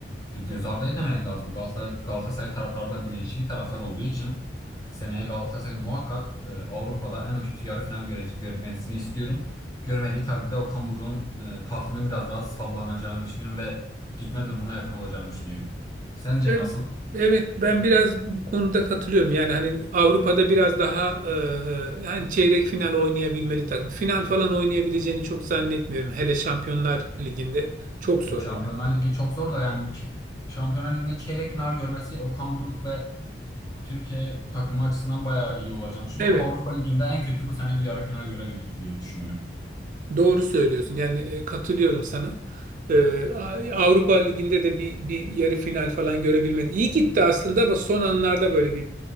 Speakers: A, on the left; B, on the right.
A: bir göz ardı etmemek lazım. Galatasaray, Galatasaray taraftarı da bilinçli bir taraftar olduğu için seneye Galatasaray muhakkak e, Avrupa'da en kötü yarı final göre, görmesini istiyorum. Görmediği takdirde Okan Buruk'un e, tahtının biraz daha sallanacağını düşünüyorum ve gitme durumuna yakın olacağını düşünüyorum. Sence
B: Ben-
A: nasıl?
B: Evet ben biraz bu konuda katılıyorum. Yani hani Avrupa'da biraz daha e, hani çeyrek final oynayabilmeli takım. Final falan oynayabileceğini çok zannetmiyorum. Hele Şampiyonlar Ligi'nde çok zor
A: E, Şampiyonlar
B: yani.
A: Ligi çok zor da yani ç- Şampiyonlar Ligi'nde çeyrek final görmesi Okan Buruk ve Türkiye takımı açısından bayağı iyi olacağını düşünüyorum
B: Evet
A: ama Avrupa Ligi'nde en kötü bu sene bir yarı final görebilir diye düşünüyorum.
B: doğru söylüyorsun. Yani e, katılıyorum sana. E, A- Avrupa Ligi'nde de bir, bir yarı final falan görebilmeli. İyi gitti aslında ama son anlarda böyle bir